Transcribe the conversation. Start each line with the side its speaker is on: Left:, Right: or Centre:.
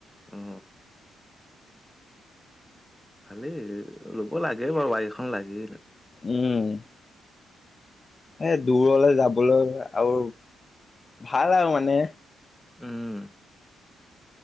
Centre: অ ভালেই ল'ব লাগে বাৰু বায়েক এখন লাগেই।
Left: উম এই দূৰলে যাব বলৈ আও ভাল আও মানে।
Centre: উম,